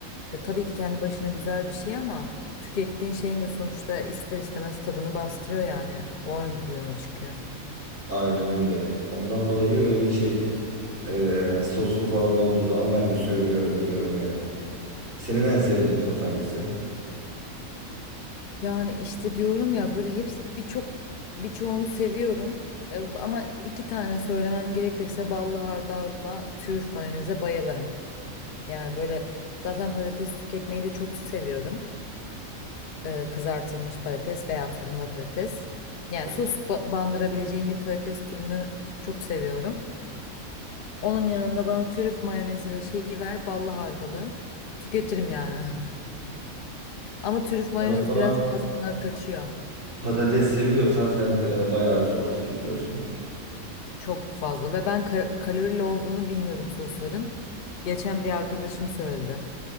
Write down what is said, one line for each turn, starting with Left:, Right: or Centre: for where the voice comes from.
Left: e, tabii ki kendi başına güzel bir şey ama tükettiğin şeyin de sonuçta ister istemez tadını bastırıyor yani. O ön plana çıkıyor.
Right: Aynen öyle. Ondan dolayı öyle şey e, soslu falan olduğu zaman ben de söylüyorum, yiyorum yani. Senin en sevdiğin sos hangisi?
Left: Yani işte diyorum ya böyle hepsi birçok birçoğunu seviyorum. E, ama iki tane söylemem gerekirse ballı hardalla trüf mayoneze bayılırım. Yani böyle zaten patates tüketmeyi de çok seviyorum. E, kızartılmış patates veya fırında patates. Yani
Right: Ya.
Left: sos ba- bandırabileceğim bir patates türünü çok seviyorum. Onun yanında bana trüf mayonezi ve şeyi ver ballı hardalı. Tüketirim yani. <laughs> Ama trüf mayonez
Right: Ben o zaman
Left: biraz bazen kaçıyor.
Right: Patates seviyorsan sen e, bayağı bir sos tüketiyorsundur.
Left: Çok fazla ve ben ka- kalorili olduğunu bilmiyordum sosların. Geçen bir arkadaşım söyledi.